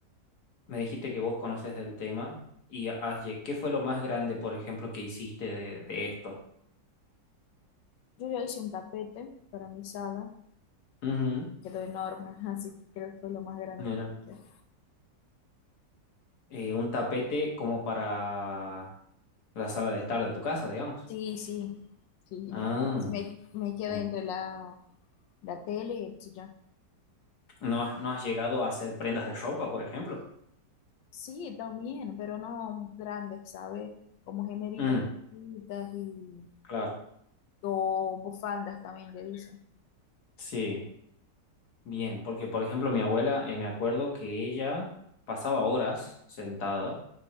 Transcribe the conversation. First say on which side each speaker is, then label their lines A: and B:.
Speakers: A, on the left (about 60°); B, on the left (about 85°).
A: Me dijiste que vos conoces del tema y has lle- ¿qué fue lo más grande, por ejemplo, que hiciste de, de esto?
B: yo ya hice un tapete para mi sala
A: Ujú,
B: quedó enorme, <laughs> así que creo que fue lo más grande
A: mira.
B: que hice.
A: Eh, un tapete como para la sala de estar de tu casa, digamos.
B: Sí, sí, sí,
A: Ah,
B: me, sí, me, me quedo
A: bien.
B: entre la, la tele y el sillón.
A: ¿No has, no has llegado a hacer prendas de ropa, por ejemplo?
B: Sí, también, pero no grandes, ¿sabes? Como gemeritas
A: Mm,
B: chiquitas y
A: claro,
B: o bufandas también le dicen.
A: sí, bien, porque por ejemplo mi abuela, eh, me acuerdo que ella pasaba horas sentada